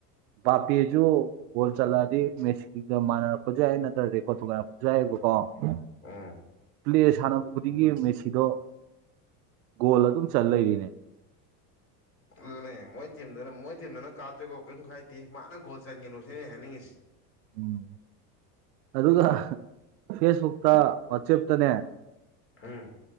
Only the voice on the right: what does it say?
ꯄꯥꯄꯦꯁꯨ ꯒꯣꯜ ꯆꯠꯂꯛꯑꯗꯤ ꯃꯦꯁꯤꯒ ꯃꯥꯟꯅꯔꯛꯄꯁꯨ ꯌꯥꯏ ꯅꯠꯇ꯭ꯔꯒ ꯔꯦꯀꯣꫪꯠ ꯊꯣꯒꯥꯏꯔꯛꯄꯁꯨꯌꯥꯏ <unintelligible>
ꯄ꯭ꯂꯦ ꯁꯥꯟꯅꯕ ꯈꯨꯗꯤꯡꯒꯤ ꯃꯦꯁꯤꯗꫭ ꯒꫭꯜ ꯑꯗꯨꯝ ꯆꯜ ꯂꯩꯔꯦꯅꯦ
ꯎꯝ ꯑꯗꯨꯒ ꯐꯦꯁꯕꯨꯛꯇ ꯋꯥꯆꯦꯞꯇꯅꯦ